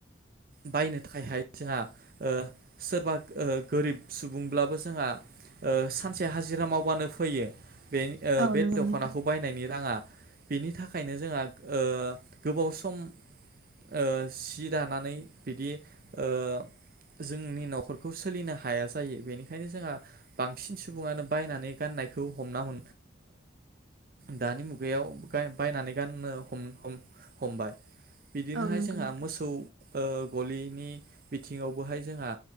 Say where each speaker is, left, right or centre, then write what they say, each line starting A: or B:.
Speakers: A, on the right; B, on the right.
A: बायनो थाखायहाय जोंहा ओ सोरबा गोरिब सुबुंब्लाबो ओ सानसे हाजिरा माव बानो फैयो बे ओ
B: औ
A: बे
B: नंगौ
A: दख'नाखौ
B: नोंथां
A: बायनायनि राङा। बेनि थाखायनो जोंहा ओ गोबाव सम ओ सि दानानै बिदि ओ जोंनि न'खरखौ सोलिनो हाया जायो बेनिखायनो जोंहा बांसिन सुबुङानो बायनानै गाननायखौ हमना ओ दानि मुगायाव बा-बायनानै गाननो हम-हम-हमबाय। बिदिनोहाय
B: औ नंगौ
A: जोंहा
B: नोंथां
A: मोसौ ओ गलिनि बिथिङावबोहाय जोंहा